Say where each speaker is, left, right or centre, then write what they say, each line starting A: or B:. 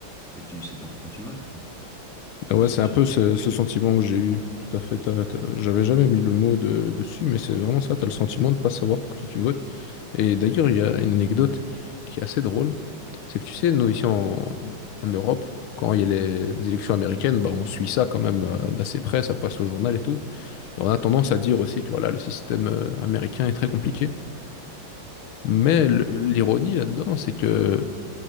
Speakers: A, in the centre; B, on the left.
A: et tu sais pas pourquoi tu votes, quoi.
B: Mais
A: Parce
B: ouais, c'est
A: que tu.
B: un peu ce, ce sentiment que j'ai eu. Tout à fait. t'as- t'as- J'avais jamais mis le mot de- dessus, mais c'est vraiment ça. Tu as le sentiment de pas savoir pour qui tu votes. Et d'ailleurs, il y a une anecdote qui est assez drôle. C'est que tu sais, nous, ici en, en Europe, quand il y a les élections américaines, bah, on suit ça quand même euh, d'assez près. Ça passe au journal et tout. Et on a tendance à dire aussi que voilà, le système euh, américain est très compliqué. Mais le- l'ironie là-dedans, c'est que